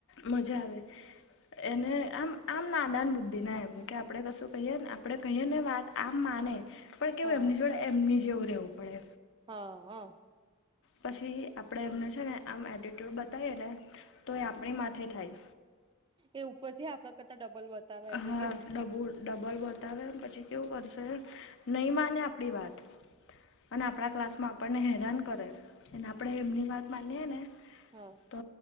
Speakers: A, on the left; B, on the right.
A: મજા આવે એને આમ આમ નાદાન બુદ્ધિ ના એમ કે આપણે કશું કહીએ ને આપણે કહીએ ને વાત આમ માને પણ કેવું
B: હા.
A: એમની જોડે એમની જેવું રહેવું પડે
B: હા હ
A: પછી આપણે એમનું છે ને આમ એટિટ્યૂડ બતાવીએ ને તો એ આપણી માથે થાય
B: એ ઉપર થી આપણા કરતા ડબલ બતાવે એટ્યુડ
A: હા ડબુ ડબલ બતાવેમ પછી કેવું કરશે નહીં માને આપણી વાત અને આપણા ક્લાસ માં આપણને હેરાન કરે એ આપણે એમની વાત માનીએે ને
B: હા.
A: તો